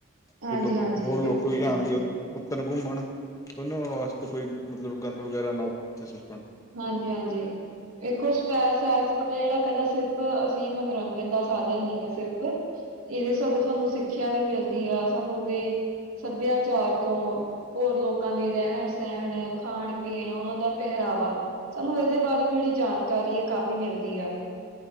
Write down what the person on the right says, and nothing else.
ਹਾਂਜੀ,
ਹਾਂਜੀ
ਬਿਲਕੁਲ,
ਬਿਲਕੁਲ।
ਹਾਂਜੀ- ਹਾਂਜੀ। ਇੱਕ ਉ ਸੈਰ -ਸਪਟਾ ਜਿਹੜਾ ਇਕੱਲਾ ਸਿਰਫ ਅਸੀਂ ਮਨੋਰੰਜਨ ਦਾ, ਸਾਧਨ ਨਹੀਂ ਹੈ ਸਿਰਫ ਇਹਦੇ ਸਗੋਂ ਸਾਨੂੰ ਸਿੱਖਿਆ ਵੀ, ਮਿਲਦੀ ਆ ਸਾਨੂੰ ਉਹਦੇ, ਸੱਭਿਆਚਾਰ ਤੋਂ ਹੋਰ ਲੋਕਾਂ ਦੇ ਰਹਿਣ -ਸਹਿਣ, ਖਾਣ -ਪੀਣ ਉਹਨਾਂ ਦਾ ਪਹਿਰਾਵਾ। ਸਾਨੂੰ ਇਹਦੇ ਬਾਰੇ ਵੀ, ਜਿਹੜੀ ਜਾਣਕਾਰੀ ਆ, ਕਾਫ਼ੀ ਮਿਲਦੀ ਆ